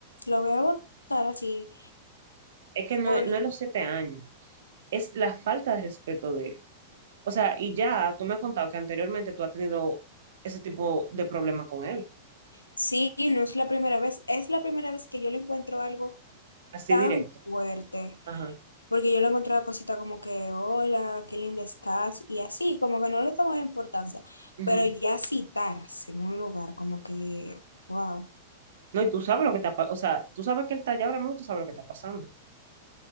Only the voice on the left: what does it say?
lo voy a votar así,
por
sí, no es la primera vez, es la primera vez que yo le encuentro algo
tan
fuerte,
porque yo le encontraba cosita como que, hola, qué linda estás, y así, como que no le tomaba importancia,
pero ya citarse en un lugar, como que, wow.